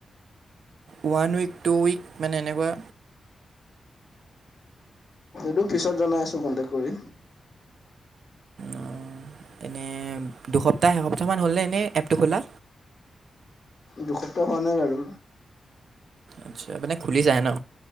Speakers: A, on the right (about 55°); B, on the left (about 35°).
A: ওৱান উইক, টু উইক মানে এনেকুৱা
B: সেইটো পিছত জনাই আছো, কণ্টেক্ট কৰি।
A: অ', এনে দুসপ্তাহ এসপ্তাহ মান হ'লনে এনে এপটো খোলা?
B: দুসপ্তাহ হোৱা নাই বাৰু।
A: আচ্ছা, মানে খুলিছাহে ন।